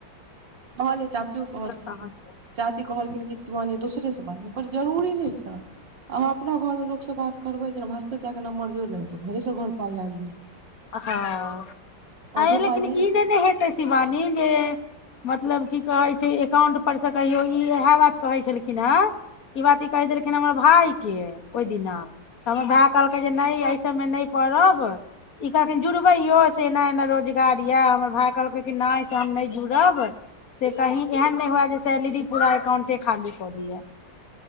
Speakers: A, on the right; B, on the left.
A: मानलियै चाचियो कहलखिन
B: अहाँके
A: चाची कहलखिन कि शिवानी दोसरे से बा हम कहलियै जरूरी ठीक छ आहाँ अपना घर मे लोक सं बात करबय की भासकर चच्चाकें नम्बर जोइड़ लेबै तऽ घरेसं घर पाइ आइब जे
B: हँ आय
A: अधो
B: लेकिन
A: पाइ क
B: ई नहि ने हेतै शिवानी जे मतलब की कहय छै एकाउंट पर से कहियो ई इएह बात कहय छलखिन हेँ ई बात ई कहि देलखिन हम भाय के ओहि दिना त हमर भाइ कहलकय जे नहि सभमे नहि परब ई कहलखीन जुरबै यौ एना एना रोजगार यऽ हमर भाय कहलकै कि नहि से हम नहि जुड़ब से कही एहन नहि हुए जे सैलरी पूरा अकाउंटे खाली क' दिए